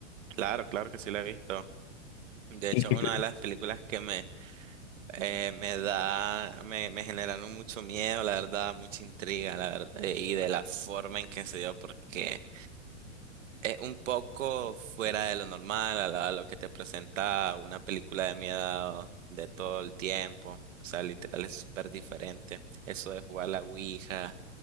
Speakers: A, on the right (about 75°); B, on the left (about 30°).
A: Claro, claro que sí la he visto. De
B: Y
A: hecho,
B: que
A: una
B: te-
A: de las películas que me, eh, me da, me, me generaron mucho miedo, la verdad, mucha intriga, la verdad, eh, y de la forma en que se dio, porque es un poco fuera de lo normal, a, la- a lo que te presenta una película de miedo de todo el tiempo. O sea, literal es súper diferente. Eso de jugar la Ouija